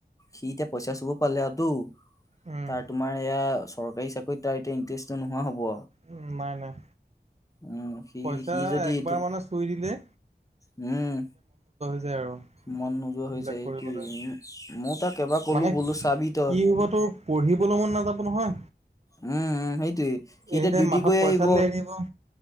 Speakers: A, on the left; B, on the right.
A: সি এতিয়া পইচা চকু পালেটো
B: উম,
A: তাৰ তোমাৰ চৰকাৰী চাকৰিত তাৰ এতিয়া ইণ্টাৰেষ্টটো নোহোৱা হ'ব
B: উ নাই নাই
A: উম সি
B: পইচা
A: সি যদি
B: একবাৰ
A: এইটো
B: মানে চুই দিলে
A: উম
B: ছে আৰু
A: মন নোযোৱা হৈ
B: বলে
A: যায়
B: কৰিবলৈ
A: এইটোৱে উম, ময়ো তাক এবাৰ কলো
B: মানে
A: বোলো
B: কি
A: চাবি তই
B: হবতো পঢ়িব ভ মন নাযাব নহয়
A: উ উম উম সেইটোৱে সি
B: এনি
A: এতিয়া
B: টাইম
A: ডিউটি
B: মাথাত
A: কৰি
B: পইচা
A: আহিব
B: দিলে এৰি দিব।